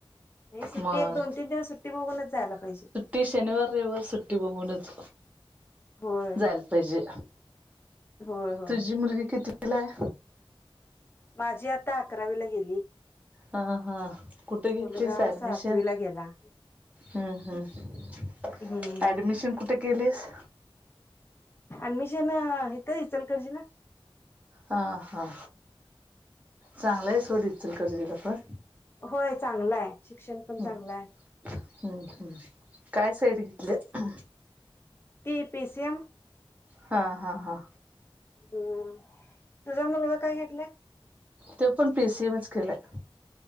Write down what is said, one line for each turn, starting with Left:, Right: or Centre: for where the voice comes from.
Left: नाही सुट्टी.
Right: मग
Left: एक दोन तीन दिवस सुट्टी बघूनच जायला पाहिजे.
Right: ती शनिवार, रविवार सुट्टी बघूनच.
Left: होय
Right: जायला पाहिजे.
Left: होय होय
Right: तुझी मुलगी कितीवीलाय.
Left: माझी आता, अकरावीला गेली.
Right: हा, हा. कुठे घेतलीस
Left: मुलगा
Right: ऍडमिशन.
Left: सातवीला गेला
Right: हम्म, हम्म.
Left: हम्म
Right: ऍडमिशन कुठे केलेस.
Left: अऍडमिशन येथ. इचलकरंजी ला.
Right: हां हां. चांगलय सोड इचलकरंजी पण.
Left: होय, चांगलाय शिक्षण. पण
Right: ह.
Left: चांगलं आहे
Right: हम्म हम्म. काय साईड घेतल्या?
Left: ते पीसी एम.
Right: हां हां हां.
Left: हम्म तुझा मल का काय घटले
Right: ते पण पी सी एमच केलंय